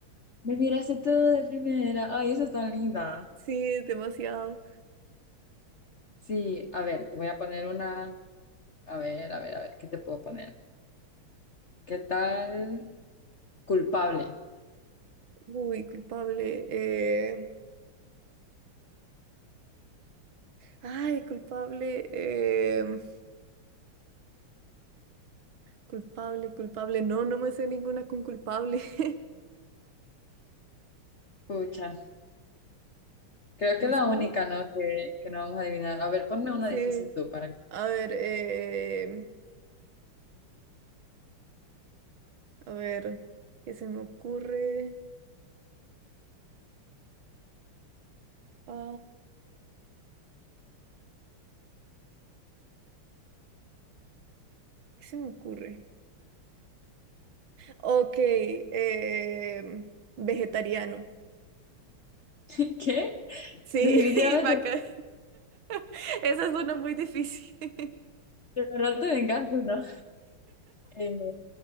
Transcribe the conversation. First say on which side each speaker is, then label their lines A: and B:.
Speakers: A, on the left (about 50°); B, on the right (about 65°).
A: Me miraste tú de primera. Ay, esa es tan linda.
B: <laughs> Sí, demasiado.
A: Sí, a ver, te voy a poner una. A ver, a ver, a ver, ¿qué te puedo poner? ¿Qué tal? Culpable.
B: Uy, culpable. eh, Ay, culpable. em, Culpable, culpable. No, no me sé ninguna con culpable. <laughs>
A: Pucha, creo
B: ¿Más
A: que la
B: alguna?
A: única, ¿no? Que, que no vamos a adivinar. A ver, ponme una
B: Sí.
A: difícil tú para que
B: A ver, eh, a ver, ¿qué se me ocurre? Ah, ¿qué se me ocurre? Ok, eh, vegetariano.
A: <laughs> ¿Qué?
B: Sí,
A: Definitivamente,
B: <laughs> vaca. <laughs> Esa es una muy difícil. <laughs>
A: de verdad te vengaste, ¿no? Eh,